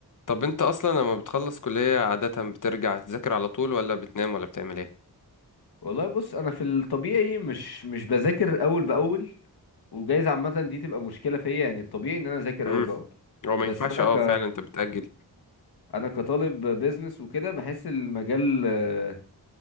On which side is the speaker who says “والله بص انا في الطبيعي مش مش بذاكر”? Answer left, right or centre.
Left